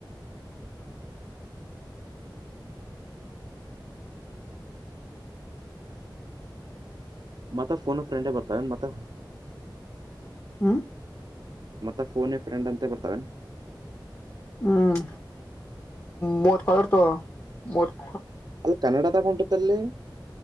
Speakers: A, on the right; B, on the left.
A: ಹ್ಮ.. ಮತ್ತ ಫೋನ್ ಫ್ರೆಂಡೇ ಬರ್ತಾವನ್ ಮತ್ತ
B: ಹ್ಮ
A: ಮತ್ತ ಫೋನ ಫ್ರೆಂಡ್ ಅಂತ ಬರ್ತಾವೆನ್
B: ಹ್ಮ್ ಮೂವತ್ತು ಕಾಲ್ ಇರ್ತಾವ ಮೂವತ್ತು
A: ಅಲ್ಲಿ ಕನ್ನಡದಾಗ ಉಂಟತ್ತ ಅಲ್ಲಿ